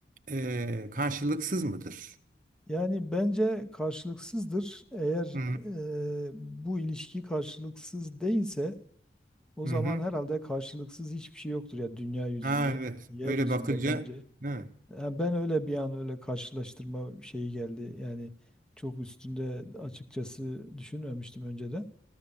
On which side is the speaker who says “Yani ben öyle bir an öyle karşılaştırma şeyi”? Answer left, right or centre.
Centre